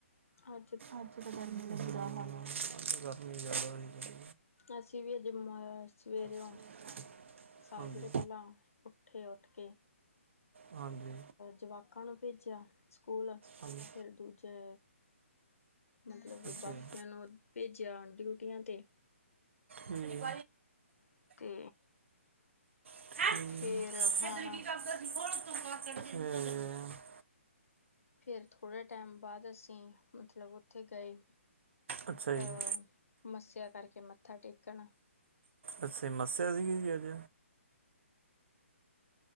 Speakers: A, on the left; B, on the right.
A: ਹਾਂ
B: ਅੱਜ ਤਾਂ ਗਰਮੀ ਦਾ ਬੁਰਾ ਹਾਲ ਏ, ਗਰਮੀ ਜ਼ਿਆਦਾ ਐ।
A: ਅਸੀਂ ਵੀ ਅਜੇ ਮ ਸਵੇਰੇਓ,
B: ਸੀ
A: ਸਾਜ
B: ਹਾਂਜੀ
A: ਰਹੇ ਪਹਿਲਾਂ ਉੱਠੇ ਉੱਠ ਕੇੇ,
B: ਹਾਂਜੀ
A: ਜਵਾਕਾਂ ਨੂੰ ਭੇਜਿਆ ਸਕੂਲ
B: ਹੰ <unintelligible>
A: ਫਿਰ ਦੂਜੇ ਮਤਲਬ
B: ਅੱਛਾ
A: ਬਾਕੀਆਂ
B: ਜੀ।
A: ਨੂੰ ਭੇਜਿਆ ਡਿਊਟੀਆਂ 'ਤੇ।
B: ਹਮ
A: ਅਤੇ
B: ਹਮ
A: ਫਿਰ ਹੁਣ
B: <unintelligible>
A: ਫਿਰ ਥੋੜ੍ਹੇ ਜੇ ਟਾਈਮ ਬਾਅਦ ਅਸੀਂ, ਮਤਲਬ ਉੱਥੇ ਗਏ।
B: ਅੱਛਾ ਜੀ
A: ਅਹ ਮੱਸਿਆ ਕਰਕੇ ਮੱਥਾ ਟੇਕਣ
B: ਅੱਛਾ ਮੱਸਿਆ ਸੀਗੀ ਜੀ ਅੱਜ।